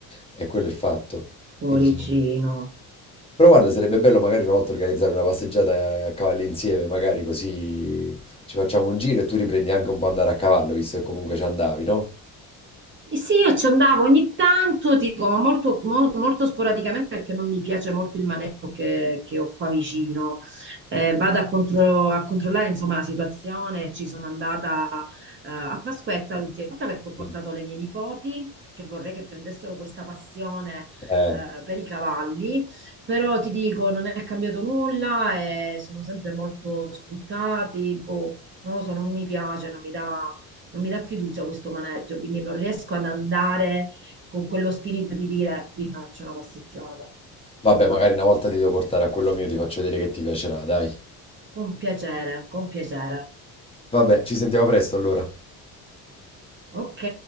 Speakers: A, on the left; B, on the right.
A: E quello è il fatto.
B: cuoricino.
A: Quindi sono- Però guarda, sarebbe bello magari una volta organizzare una passeggiata a cavallo insieme, magari così ci facciamo un giro e tu riprendi anche un po' andare a cavallo, visto che comunque ci andavi, no?
B: Eh Sì, io ci andavo ogni tanto, dico, ma molto, mo- molto sporadicamente perché non mi piace molto il maneggio che, che ho qua vicino. Eh, vado a, contro- a controllare insomma la situazione. Ci sono andata eh, a Pasquetta l'ultima volta perché ho portato
A: Mm.
B: le mie nipoti che vorrei che prendessero questa passione
A: Eh,
B: eh, per i cavalli, però ti dico, non è cambiato nulla e sono sempre molto sfruttati. Boh, non lo so, non mi piace, non mi dà non mi dà fiducia questo maneggio, quindi non riesco ad andare con quello spirito di dire mi faccio una passeggiata.
A: vabbè,
B: Mm.
A: magari una volta ti devo portare a quello mio, ti faccio vedere che ti piacerà, dai.
B: Con piacere, con piacere.
A: Vabbè, ci sentiamo presto allora.
B: Ok.